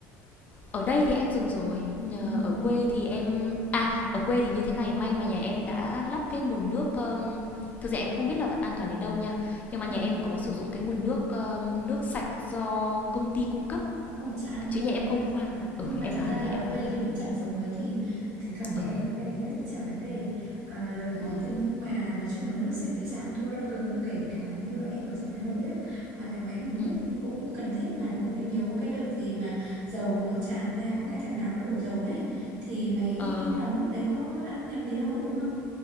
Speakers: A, on the left; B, on the right.
A: Ở đây thì em dùng rồi, nhờ
B: ừ
A: ở
B: ừ
A: quê thì em à, ở quê thì như thế này, may mà nhà em đã lắp cái nguồn nước, ờm, thực ra em cũng không biết là an toàn đến đâu nha, nhưng mà
B: Ờ,
A: nhà em có sử dụng cái nguồn nước, ờm, nước sạch do công ty cung cấp,
B: Không, chả ăn thua
A: chứ nhà
B: đâu
A: em
B: em
A: không
B: ạ.
A: khoan.
B: À, nhưng
A: Ừ,
B: mà
A: em
B: thật
A: đoán
B: ra là
A: thế,
B: ở
A: em đoán
B: quê
A: thế.
B: thì mình chẳng sống mấy thì thỉnh thoảng nhà
A: Ừ,
B: em mới về á, thì chả vấn đề à, lớn
A: đúng
B: đấy.
A: rồi.
B: Thế nhưng mà nói chung là nước sạch đấy chả ăn thua đâu. Cứng như kể cả như em ở trên Hà Nội á, mà cái máy lọc nước
A: Ừm,
B: cũng cần thiết mà đúng không? Em nhiều có cái đợt gì mà dầu nó tràn ra, có cái thằng nào nó đổ dầu đấy. Thì máy
A: ờ,
B: lọc nước đấy có ăn nhầm gì đâu đúng không?